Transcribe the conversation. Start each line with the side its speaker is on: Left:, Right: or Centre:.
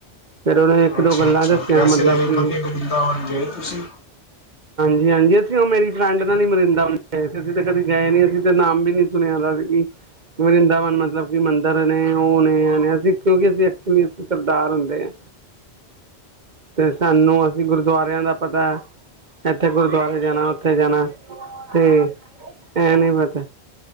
Right: ਫਿਰ ਉਹਨੇ ਇੱਕ
Left: ਅੱਛਾ-ਅੱਛਾ,
Right: ਦੋ ਗੱਲਾਂ ਦੱਸੀਆਂ
Left: ਵੈਸੇ
Right: ਮਤਲਬ ਕਿ
Left: ਕਦੇ ਬਿੰਦਾ ਹੋਣ ਗਏ ਤੁਸੀਂ,
Right: ਜੀ ਹਾਂਜੀ ਅਸੀਂ ਉਹ ਮੇਰੀ ਫਰੈਂਡ ਨਾਲ ਹੀ ਵਰਿੰਦਾਵਨ ਗਏ ਸੀ ਅਸੀਂ ਤੇ ਕਦੇ ਗਏ ਨੀ ਅਸੀਂ ਤੇ ਨਾਮ ਵੀ ਨੀ ਸੁਣਿਆ ਸੀ ਵਰਿੰਦਾਵਨ ਮਤਲਬ ਕਿ ਮੰਦਿਰ ਨੇ ਉਹ ਨੇ, ਅ ਕਿਉਂਕਿ ਅਸੀਂ ਕਿਰਦਾਰ ਹੁੰਦੇ ਆ, ਤੇ ਸਾਨੂੰ ਅਸੀਂ ਗੁਰਦੁਆਰਿਆਂ ਦਾ ਪਤਾ ਇੱਥੇ ਗੁਰਦੁਆਰੇ ਜਾਣਾ ਉੱਥੇ ਜਾਣਾ ਤੇ ਇਹ ਨੀ ਪਤਾ,